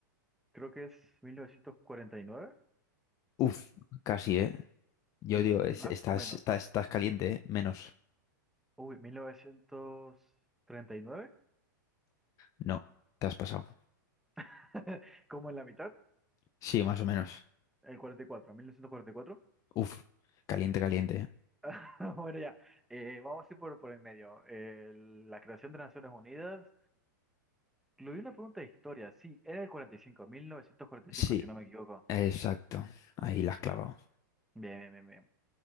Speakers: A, in the centre; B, on the left.
A: Creo que es 1949,
B: Uf, casi, ¿eh? Yo
A: mm,
B: digo, es-
A: más
B: estás,
A: o menos.
B: estás, estás caliente, ¿eh? Menos.
A: Uy, 1939,
B: No, te has pasado.
A: <laughs> como en la mitad,
B: Sí, más o menos.
A: el 44, 1944.
B: Uf, caliente, caliente. ¿eh?
A: <laughs> Bueno, ya, Eh, vamos a ir por, por el medio. Eh, la creación de Naciones Unidas. Incluí una pregunta de historia. Sí, era el 45, 1945,
B: Sí,
A: si no me equivoco.
B: exacto. Ahí la has clavado.
A: Bien, bien, bien, bien.